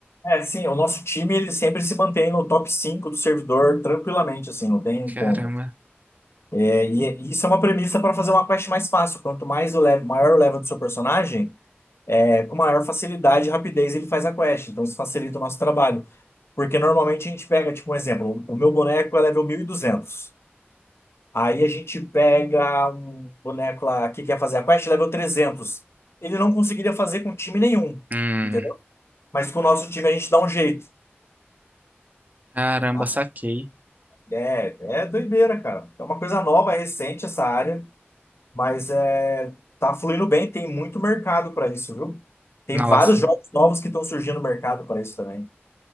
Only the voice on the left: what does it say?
É, sim, o nosso time ele sempre se mantém no top 5 do servidor tranquilamente, assim, não tem
como. É, E e isso é uma premissa para fazer uma quest mais fácil. Quanto mais o level, maior o level do seu personagem, é, com maior facilidade e rapidez ele faz a quest. Então isso facilita o nosso trabalho. Porque normalmente a gente pega, tipo, um exemplo: o meu boneco é level 1200. Aí a gente pega um boneco lá que quer fazer a quest, level 300. Ele não conseguiria fazer com time nenhum,
entendeu? Mas com o nosso time a gente dá um jeito.
tá?
É, é doideira, cara. É uma coisa nova, recente essa área. Mas é, tá fluindo bem, tem muito mercado para isso, viu? Tem
vários jogos novos que estão surgindo no mercado para isso também.